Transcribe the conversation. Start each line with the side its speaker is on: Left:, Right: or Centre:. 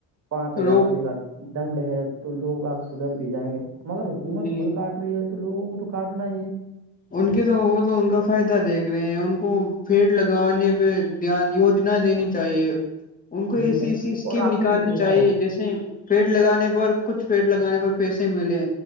Right: پانچ ہزار
Left: روک
Right: روپئے کا دنڈ ہے تو لوگ باگ سدھر بھی جائیں گے مگر حکومت
Left: جی
Right: خود کاٹ رہ ہے تو لوگوں کو تو کاٹنا ہی ہے
Left: ان کے تو وہ تو ان کا فائدہ دیکھ رہے ہیں ان کو پیڈ لگ گنے پہ دھیان یجنا دینی چاہیے ان کو ایسی
Right: جی جناب
Left: ایسی اسکیم
Right: اور آپ
Left: نکالنی
Right: نے یہ دیکھا
Left: چاہیے
Right: ہوگا
Left: جیسے پیڑ لگانے پر کچھ پیڑ لگانے پر پیسے ملے